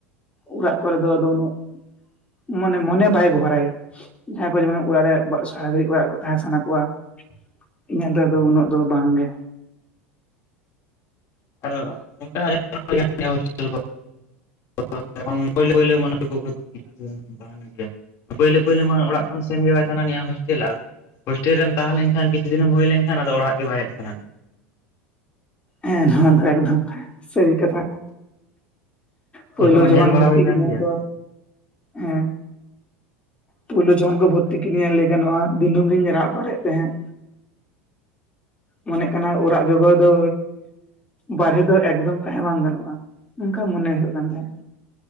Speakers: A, on the left; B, on the left.
A: ᱚᱲᱟᱜ ᱠᱚᱨᱮ ᱫᱚ ᱟᱫᱚ ᱩᱱᱟᱹᱜ ᱢᱟᱱᱮ ᱢᱚᱱᱮ ᱵᱟᱭ ᱜᱚᱦᱚᱨᱟᱭ᱾ ᱡᱟᱸᱦᱟᱸ ᱠᱚ ᱡᱮᱢᱚᱱ ᱚᱲᱟᱜ ᱨᱮ ᱥᱟᱨᱟ ᱜᱷᱟᱲᱤ ᱚᱲᱟᱜ ᱨᱮ ᱛᱟᱦᱮᱸ ᱥᱟᱱᱟ ᱠᱚᱣᱟ, ᱤᱧᱟᱹᱜ ᱫᱚ ᱟᱫᱚ ᱩᱱᱟᱹᱜ ᱫᱚ ᱵᱟᱝ ᱜᱮ᱾
B: <unintelligible> <unintelligible> ᱯᱟ. ᱭᱞᱟ. ᱯᱟ. ᱭᱞᱟ. ᱢᱟᱱᱮ ᱠᱚ ᱵᱷᱚᱨᱛᱤ ᱮᱱᱟ ᱥᱮ ᱜᱮᱭᱟ, ᱯᱳᱭᱞᱳ ᱯᱳᱭᱞᱳ ᱢᱟ ᱚᱲᱟᱜ ᱠᱷᱚᱱ ᱥᱮᱱ ᱜᱮ ᱵᱟᱭ ᱛᱟᱦᱮᱱᱟ ᱱᱤᱭᱟᱹ ᱦᱳᱥᱴᱮᱞ ᱟᱨ ᱦᱳᱴᱮᱞ ᱨᱮ ᱛᱟᱦᱮᱸ ᱞᱮᱱᱠᱷᱟᱱ ᱠᱤᱪᱷᱩ ᱫᱤᱱᱮᱢ ᱦᱩᱭ ᱞᱮᱱᱠᱷᱟᱱ ᱟᱫᱚ ᱚᱲᱟᱜ ᱵᱟᱭ ᱦᱮᱡ ᱥᱟᱱᱟ ᱢᱮᱭᱟ᱾
A: ᱦᱮᱸ ᱱᱚᱣᱟ ᱫᱚ ᱮᱠᱫᱚᱢ ᱥᱟᱹᱨᱤ ᱠᱟᱛᱷᱟ᱾ ᱯᱳᱭᱞᱳ
B: ᱚᱱᱠᱟ ᱢᱟ
A: ᱡᱚᱠᱷᱚᱱ
B: ᱧᱮᱞ
A: ᱵᱷᱚᱨᱛᱤ
B: ᱵᱟᱲᱟ ᱦᱩᱭ ᱟᱠᱟᱱ
A: ᱠᱤᱫᱤᱧᱟ
B: ᱜᱮᱭᱟ᱾
A: ᱠᱚ ᱦᱮᱸ ᱯᱳᱭᱞᱳ ᱡᱚᱠᱷᱚᱱ ᱠᱚ ᱵᱷᱚᱨᱛᱤ ᱠᱤᱫᱤᱧᱟ ᱞᱟᱹᱭ ᱜᱟᱱᱚᱜᱼᱟ ᱫᱤᱱᱟᱹᱢ ᱜᱤᱧ ᱨᱟᱜ ᱵᱟᱲᱟᱭᱮᱫ ᱛᱟᱦᱮᱸᱫ᱾ ᱢᱚᱱᱮ ᱠᱟᱱᱟ ᱚᱲᱟᱜ ᱵᱮᱜᱚᱦᱚᱨ ᱫᱚ ᱵᱟᱨᱦᱮ ᱫᱚ ᱮᱠᱫᱚᱢ ᱛᱟᱦᱮᱸ ᱵᱟᱝ ᱜᱟᱱᱚᱜᱼᱟ, ᱱᱚᱝᱠᱟ ᱢᱚᱱᱮ ᱦᱩᱭᱩᱜ ᱠᱟᱱ ᱛᱟᱦᱮᱸᱫ᱾